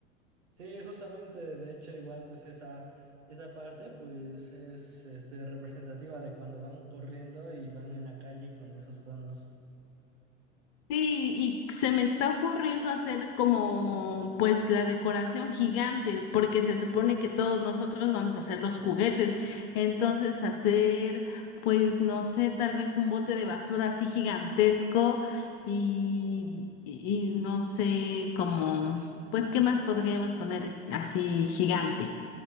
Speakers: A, on the right (about 65°); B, on the left (about 35°).
A: Sí, justamente, de hecho igual pues esa esa parte pues es este representativa de cuando van corriendo y van en la calle con esos conos.
B: Sí, y se me está ocurriendo hacer como pues la decoración gigante, porque se supone que todos nosotros vamos a hacer los juguetes. Entonces hacer pues no sé, tal vez un bote de basura así gigantesco y, y y no sé como pues qué más podríamos poner así gigante.